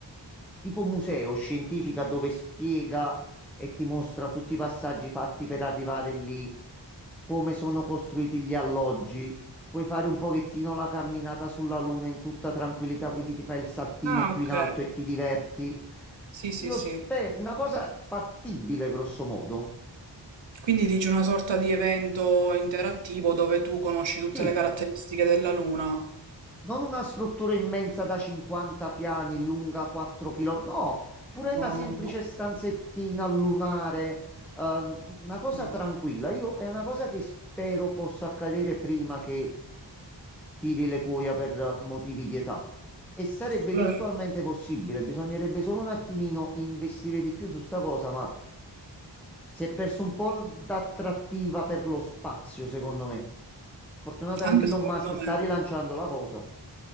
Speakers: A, in the centre; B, on the right (about 80°).
A: tipo museo scientifica dove spiega e ti mostra tutti i passaggi fatti per arrivare lì, come sono costruiti gli alloggi. Puoi fare un pochettino la camminata sulla Luna in tutta tranquillità, quindi ti fai il saltino
B: ah,
A: più
B: ok,
A: in alto e ti diverti.
B: sì, sì,
A: Io
B: sì.
A: spero, una cosa fattibile, grosso modo.
B: Quindi dici una sorta di evento interattivo dove tu conosci tutte
A: Sì.
B: le caratteristiche della Luna?
A: Non una struttura immensa da 50 piani, lunga 4 km, no, pure una
B: No,
A: semplice
B: no, no.
A: stanzettina lunare, eh, una cosa
B: Mm.
A: tranquilla. Io è una cosa che spero possa accadere prima che tiri le cuoia per motivi di età. E sarebbe
B: Allora,
A: virtualmente possibile, bisognerebbe solo un attimino investire di più su sta cosa, ma si è perso un po' l- d'attrattiva per lo spazio, secondo me. Fortunatamente
B: anche
A: Elon
B: secondo
A: Musk sta
B: me.
A: rilanciando la cosa.